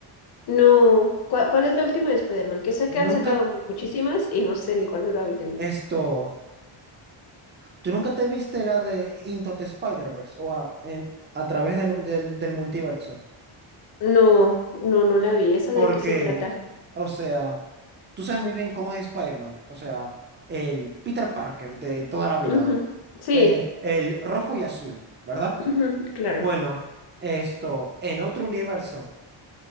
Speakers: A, on the left; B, on the right.
A: No, ¿cuál, cuál es la última de Spider-Man? Que sé que han
B: Nunca,
A: sacado muchísimas y no sé ni cuál es la última.
B: esto, ¿tú nunca te viste la de Into the Spider-Verse o a, en- a través del, del del multiverso?
A: No, no, no la vi. ¿Esa
B: Porque,
A: de qué se trata?
B: o sea, tú sabes muy bien cómo es Spider-Man, o sea, el Peter Parker de toda la vida,
A: Ujú, Sí,
B: eh, el rojo y azul, ¿verdad?
A: ujú, claro.
B: Bueno, esto, en otro universo,